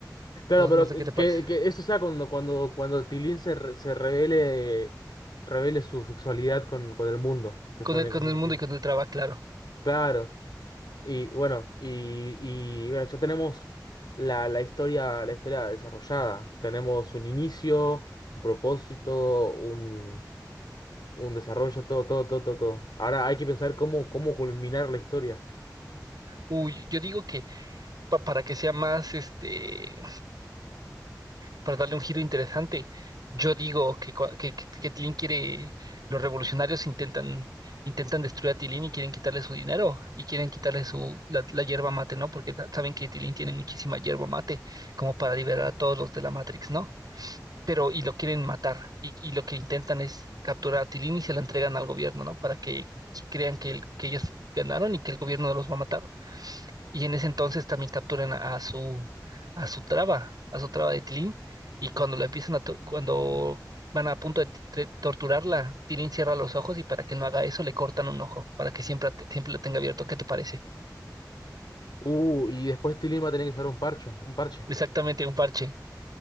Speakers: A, on the left; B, on the right.
A: claro,
B: No,
A: pero
B: no sé qué te parece.
A: que, que eso sea cuando, cuando, cuando Tilín se, re- se revele, revele su sexualidad con, con el mundo, que
B: Con
A: suene
B: el, con
A: cosas
B: el
A: así.
B: mundo y con el traba, claro.
A: Claro. Y bueno, y, y bueno, ya tenemos la, la historia, la historia desarrollada. Tenemos un inicio un propósito, un desarrollo, todo, todo, todo, todo, todo. Ahora hay que pensar cómo, cómo culminar la historia.
B: Uy, yo digo que pa- para que sea más este para darle un giro interesante. Yo digo que, cua- que, que, que Tilín quiere, los revolucionarios intentan, intentan destruir a Tilín y quieren quitarle su dinero y quieren quitarle su, la, la yerba mate, ¿no? Porque sa- saben que Tilín tiene muchísima yerba mate como para liberar a todos los de la Matrix, ¿no? Pero y lo quieren matar y, y lo que intentan es capturar a Tilín y se la entregan al gobierno, ¿no? Para que crean que, el- que ellos ganaron y que el gobierno los va a matar. Y en ese entonces también capturan a su, a su traba, a su traba de Tilín. Y cuando la empiezan a, to- cuando van a punto de, t- de torturarla, Tilín cierra los ojos y para que no haga eso le cortan un ojo, para que siempre, at- siempre lo tenga abierto. ¿Qué te parece?
A: Uh, y después Tilly va a tener que llevar un parche, un parche.
B: Exactamente, un parche,